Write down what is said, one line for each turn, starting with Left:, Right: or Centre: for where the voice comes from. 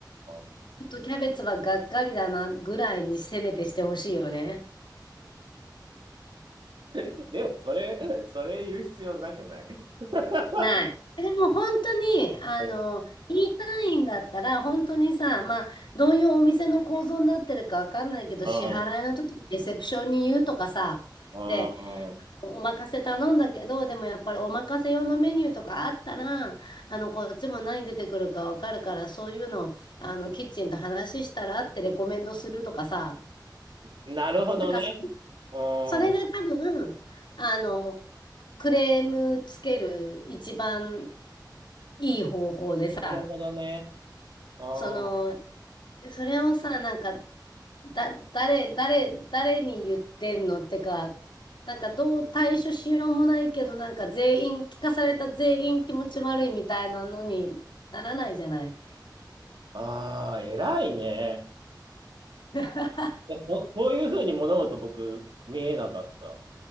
Right: ー
Left: ちょっとキャベツはがっかりだなぐらいにせめてしてほしいよね。
Right: <laughs> でも、それ、それ言う必要なくない <laughs>
Left: ない。でも本当に、あの、
Right: うん。
Left: 言いたいんだったら、本当にさ、まあ、どういうお店の構造になってるかわかんないけど、
Right: うん。
Left: 支払いの時にレセプションに言うとかさ、
Right: う
Left: で、
Right: ん。
Left: お任せ頼んだけど、でもやっぱりお任せ用のメニューとかあったら、あの、こっちも何出てくるかわかるから、そういうの、あの、キッチンと話したらってレコメンドするとかさ、
Right: なるほどね。
Left: なんかそ、
Right: う
Left: それが多分、
Right: ん。
Left: あの、クレームつける一番いい方法でさ、
Right: なるほどね。あ
Left: その、でそれをさ、なんか、だ、誰、誰、誰に言ってんのってか、なんかどう対処しようもないけど、なんか全員、聞かされた全員気持ち悪いみたいなのにならないじゃない。
Right: あー、偉いね。
Left: <laughs>
Right: いやここういうふうに物事僕見えなかった。